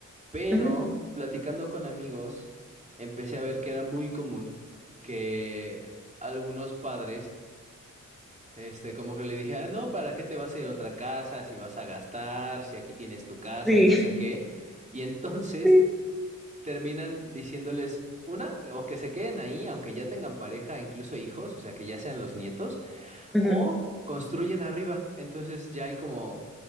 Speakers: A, on the right (about 25°); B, in the centre.
A: Pero
B: Ujú,
A: platicando con amigos, empecé a ver que era muy común que algunos padres este, como que le dije, ah, no, ¿para qué te vas a ir a otra casa si vas a gastar, si aquí tienes tu casa
B: Sí,
A: y no sé qué? Y entonces
B: sí.
A: terminan diciéndoles, una, o que se queden ahí, aunque ya tengan pareja, incluso hijos, o sea, que ya sean los nietos,
B: ujú.
A: o construyen arriba. Entonces ya hay como